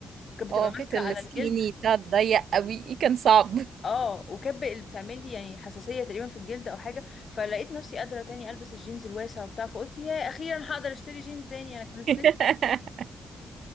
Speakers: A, on the left (about 45°); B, on the right (about 75°).
A: وكانت بتبقى
B: اه
A: ماسكه
B: كانت السكيني
A: على الجلد
B: ده ضيق قوي كان صعب
A: اه وكب اللي بتعمل لي يعني حساسيه تقريبا في الجلد او حاجه فلقيت نفسي قادره تاني البس الجينز الواسع وبتاع فقلت يا اخيرا هقدر اشتري جينز تاني انا كان الصيف
B: <laughs>